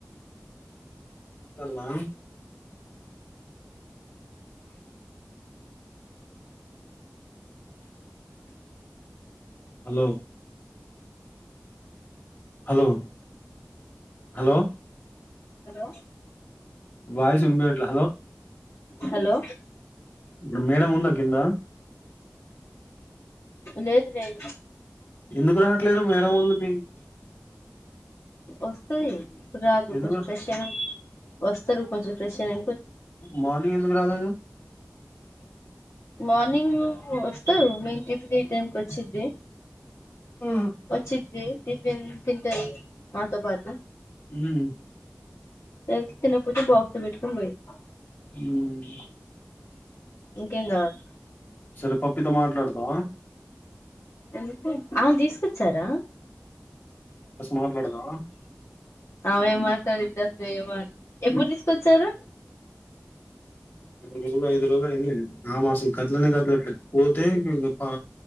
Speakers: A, on the left; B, on the left.
A: చవా hello hello hello
B: hello
A: voice వినిపియట్లే
B: హలో
A: ఇప్పుడు మేడం ఉందా కింద
B: లేదు లేదు
A: ఎందుకు రానట్లేదు మేడం వాళ్ళు మీ
B: వస్తుంది ఇప్పుడు రాదు
A: ఎందుకు
B: కొంచెం
A: రా
B: ఫ్రెష్ అయనా వస్తారు కొంచెం ఫ్రెష్ అయనా
A: మార్నింగ్ ఎందుకు రాలేదు
B: మార్నింగ్ వస్తారు మేము టిఫిన్ ఈ టైంకి వచ్చిది
A: ఉమ్
B: వచ్చది టిఫిన్ తింటాయి మాతో పాటు
A: హ్మ్
B: రైస్ తినకపోతే బాక్స్ లో పెట్టుకొని పోయిద్ది
A: ఉమ్
B: ఇంకేం కావాలి
A: సరే పప్పీతో మాట్లాడతావా
B: ఎందుకు అవును తీసుకొచ్చారా
A: మాట్లాడవా
B: అవేం మాట్లాడిద్ద అసలు ఏమ ఎప్పుడు తీసుకొచ్చారు
A: ఎనిమిది రో ఐదు రోజూలో అయింది ఆమె అసలు కదలనే కదలట్లేదు పోతే పా